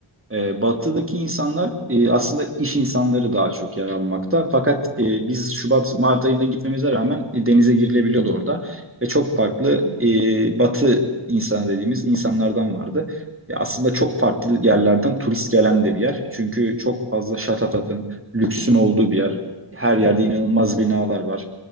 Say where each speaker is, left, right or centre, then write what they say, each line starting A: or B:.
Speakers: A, on the right; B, on the right.
A: E, batıdaki insanlar e, aslında iş insanları daha çok yer almakta. Fakat e, biz Şubat, Mart ayında gitmemize rağmen e, denize girilebiliyordu orada. Ve çok farklı
B: Hı hı.
A: e, batı insanı dediğimiz insanlardan vardı. E, aslında çok farklı yerlerden turist gelen de bir yer. Çünkü çok fazla şatafatın, lüksün olduğu bir yer. Her
B: Evet,
A: yerde inanılmaz binalar var.